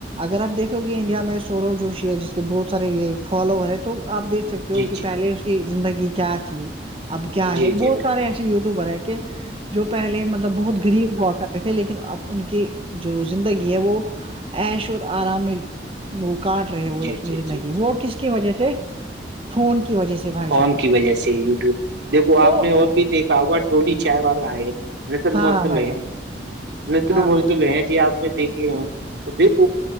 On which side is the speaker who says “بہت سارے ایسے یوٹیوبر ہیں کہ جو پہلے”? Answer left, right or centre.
Right